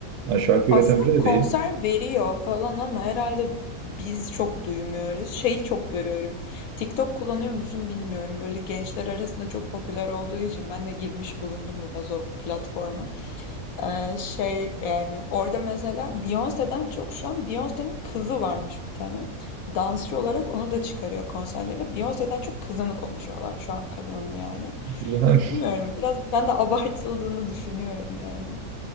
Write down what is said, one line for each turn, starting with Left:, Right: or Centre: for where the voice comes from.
Right: Yani şarkı
Left: Aslında
Right: üreten biri de
Left: konser
Right: değil. <laughs>
Left: veriyor falan ama herhalde biz çok duymuyoruz. Şeyi çok görüyorum. TikTok kullanıyor musun bilmiyorum. Böyle gençler arasında çok popüler olduğu için ben de girmiş bulundum biraz o platforma. Eee, şey yani orada mesela Beyoncé'den çok şu an Beyoncé'nin kızı varmış bir tane. Dansçı olarak onu da çıkarıyor konserlerine. Beyoncé'den çok kızını konuşuyorlar şu an kadının yani.
Right: Yani
Left: Bilmiyorum biraz ben de <laughs> abartıldığını düşünüyorum yani.